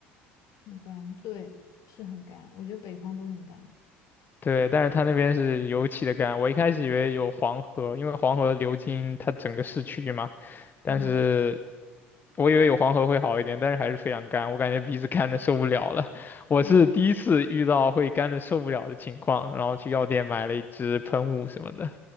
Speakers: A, on the left; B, on the left.
A: 很干，对，是很干，我觉得北方都很干。
B: 对，但是他那边是尤其的干，我一开始以为有黄河，因为黄河流经它整个市区嘛，但是
A: 嗯，
B: 我以为有黄河会好一点，但是还是非常干，我感觉鼻子干的受不了了。我是第一次遇到会干的受不了的情况，
A: 天呐。
B: 然后去药店买了一支喷雾什么的，